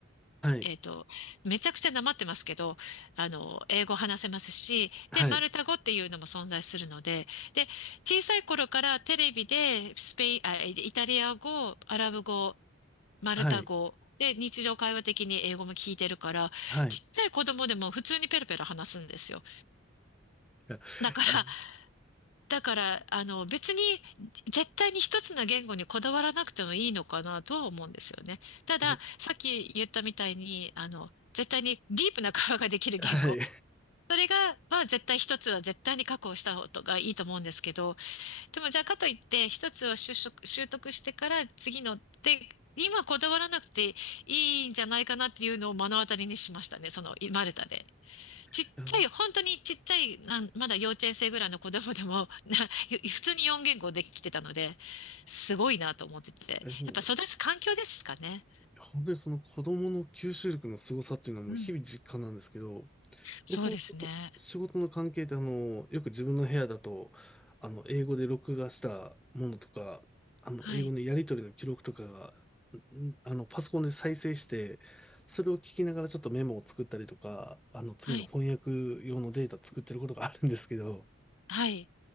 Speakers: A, in the centre; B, on the left.
A: はい。
B: えっと、めちゃくちゃなまってますけど、あの、英語話せますし、
A: はい。
B: で、マルタ語っていうのも存在するので、で、小さい頃からテレビでスペイン、あ、イタリア語、アラブ語、マルタ語、
A: はい。
B: で、日常会話的に英語も聞いてるから、
A: はい。
B: ちっちゃい子供でも普通にペラペラ話すんですよ。
A: いや、
B: だから、
A: あ、
B: だから、あの、別に、絶対に一つの言語にこだわらなくてもいいのかなとは思うんですよね。ただ、
A: いや、
B: さっき言ったみたいに、あの、絶対にディープな会話ができる言語。
A: はい。
B: それが、まあ絶対一つは絶対に確保した方がいいと思うんですけど、でもじゃあかといって、一つを習得、習得してから次のって、今こだわらなくていいんじゃないかなっていうのを目の当たりにしましたね。その、マルタで。
A: <laughs>
B: ちっちゃい、
A: あの、
B: 本当にちっちゃい、なんまだ幼稚園生ぐらいの子供でも、<laughs> な普通に4言語できてたので、すごいなと思ってて。
A: え、もう、
B: やっぱ育つ環境ですかね。
A: 本当にその子供の吸収力の凄さっていうのはもう日々実感なんですけど、
B: うん。そうですね。
A: 僕もその仕事の関係で、あの、よく自分の部屋だと、あの、英語で録画したものとか、あの、
B: はい、
A: 英語のやり取りの記録とかが、んあの、パソコンで再生して、それを聞きながらちょっとメモを作ったりとか、あの、次の翻訳用のデータ作ってることがあるんですけど、
B: はい、はい、